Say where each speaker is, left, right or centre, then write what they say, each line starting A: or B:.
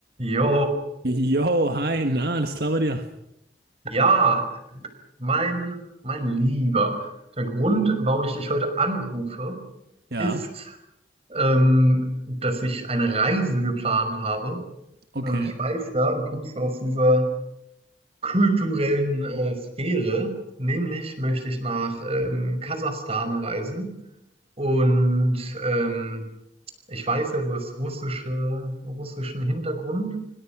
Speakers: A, on the right; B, on the right.
A: Jo,
B: Yo, hi, na, alles klar bei dir?
A: ja, mein, mein Lieber, der Grund, warum ich dich heute anrufe,
B: Ja,
A: ist, ähm, dass ich eine Reise geplant habe.
B: okay.
A: Und ich weiß ja, du kommst aus dieser kulturellen äh, Sphäre. Nämlich möchte ich nach ähm, Kasachstan reisen. Und ähm, ich weiß ja, du hast russische, russischen Hintergrund